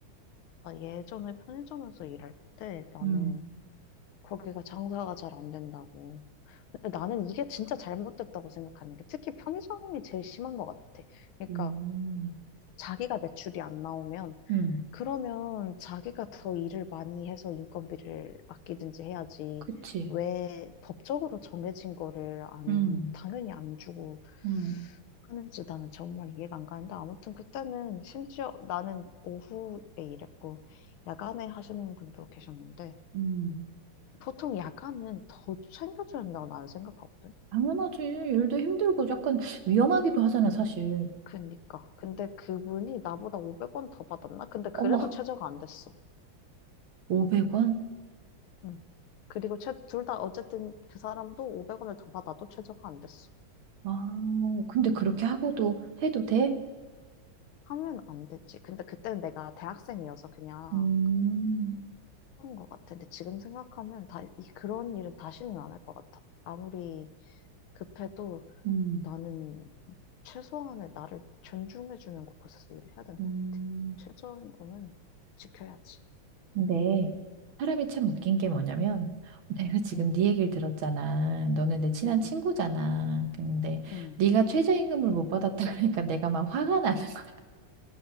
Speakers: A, on the left (about 85°); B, on the right (about 75°).
A: 나 예전에 편의점에서 일할 때 나는
B: 음,
A: 거기가 장사가 잘 안 된다고. 근데 나는 이게 진짜 잘못됐다고 생각하는 게 특히 편의점이 제일 심한 것 같아. 그러니까
B: 음,
A: 자기가 매출이 안 나오면
B: 음,
A: 그러면 자기가 더 일을 많이 해서 인건비를 아끼든지 해야지.
B: 그치.
A: 왜 법적으로 정해진 거를 안,
B: 음,
A: 당연히 안 주고
B: 음,
A: 하는지 나는 정말 이해가 안 가는데 아무튼 그때는 심지어 나는 오후에 일했고 야간에 하시는 분도 계셨는데
B: 음.
A: 보통 야간은 더 챙겨줘야 된다고 나는 생각하거든.
B: 당연하지. 일도 힘들고 약간 위험하기도 하잖아, 사실.
A: 그니까. 근데 그분이 나보다 500원 더 받았나? 근데 그래도
B: 어머,
A: 최저가 안 됐어.
B: 500원?
A: 응 그리고 둘 다 어쨌든 그 사람도 500원을 더 받아도 최저가 안 됐어.
B: 아, 근데 그렇게 하고도 해도 돼?
A: 하면 안 됐지. 근데 그때는 내가 대학생이어서 그냥
B: 음,
A: 한 것 같아. 근데 지금 생각하면 다, 이, 그런 일은 다시는 안 할 것 같아. 아무리 급해도
B: 음.
A: 나는 최소한의 나를 존중해주는 곳에서 일을 해야 되는
B: 음.
A: 것 같아. 최저임금은 지켜야지.
B: 근데 사람이 참 웃긴 게
A: 응,
B: 뭐냐면 내가 지금
A: 응,
B: 네 얘기를 들었잖아. 너는 내 친한
A: 응,
B: 친구잖아.
A: 응,
B: 근데
A: 응.
B: 네가 최저임금을 못 받았다 <laughs> 그러니까 내가 막 화가 나는 거야.